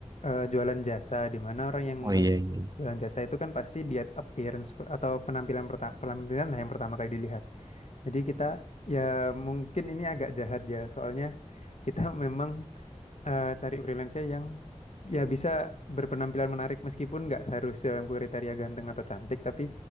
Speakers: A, on the left (about 65°); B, on the right (about 30°).
A: eh, jualan jasa di mana orang yang
B: Oh iya iya.
A: jualan jasa itu kan pasti dia appearance pe- atau penampilan perta- penampilan lah yang pertama kali dilihat. Jadi kita ya mungkin ini agak jahat ya soalnya kita <laughs> memang eh, cari freelancer yang ya bisa berpenampilan menarik meskipun nggak harus dalam kriteria ganteng atau cantik tapi